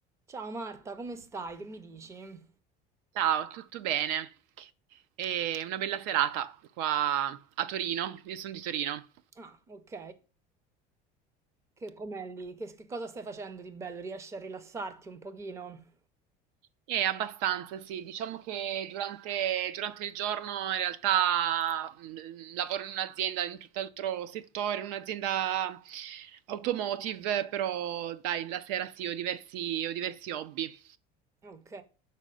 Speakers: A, on the right (about 15°); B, on the right (about 80°).
A: Ciao Marta, come stai? Che mi dici?
B: Ciao, tutto bene? È una bella serata qua a Torino, io sono di Torino.
A: Ah, ok. Che com'è lì? Che, che cosa stai facendo di bello? Riesci a rilassarti un pochino?
B: E abbastanza, sì, diciamo che durante, durante il giorno in realtà mh, lavoro in un'azienda, in tutt'altro settore, in un'azienda automotive, però dai, la sera sì, ho diversi, ho diversi hobby.
A: Ok.